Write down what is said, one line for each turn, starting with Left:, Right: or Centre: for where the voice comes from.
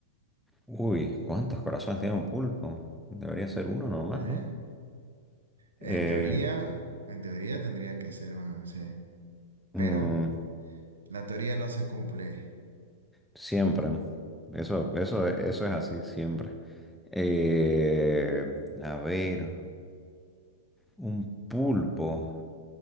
Centre: Uy, ¿cuántos corazones tiene un pulpo? Debería ser uno nomás,
Right: ¿Eh?
Centre: ¿no? Eh,
Right: En teoría, en teoría tendría que ser uno, sí.
Centre: mm,
Right: Pero la teoría no se cumple.
Centre: siempre. Eso, eso, eso es así, siempre. Eh, a ver, un pulpo.